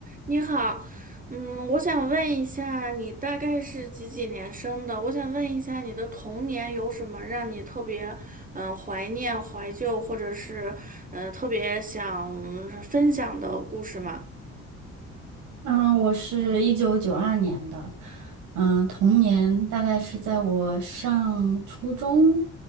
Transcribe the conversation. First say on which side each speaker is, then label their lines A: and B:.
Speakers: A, on the right (about 25°); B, on the right (about 85°).
A: 你好，嗯，我想问一下，你大概是几几年生的？我想问一下，你的童年有什么让你特别嗯、呃怀念、怀旧，或者是嗯、呃特别想分享的故事吗？
B: 嗯，我是一九九二年的，嗯，童年大概是在我上初中，